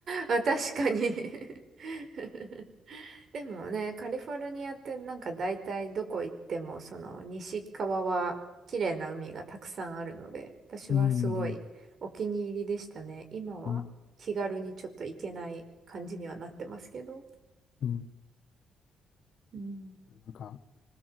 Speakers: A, on the right (about 55°); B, on the left (about 65°).
A: まあ確かに <laughs> でもね、カリフォルニアってなんか大体どこ行ってもその西側は綺麗な海がたくさんあるので、私はすごいお気に入りでしたね。
B: <laughs> うん、
A: 今は気軽にちょっと行けない感じにはなってますけど。
B: うん、うん、
A: うん。
B: なんか、